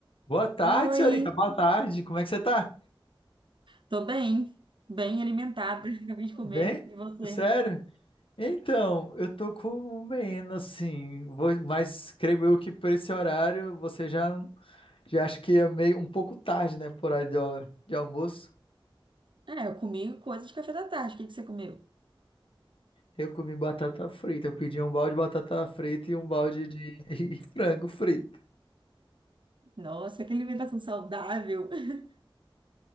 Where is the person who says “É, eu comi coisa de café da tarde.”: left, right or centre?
Right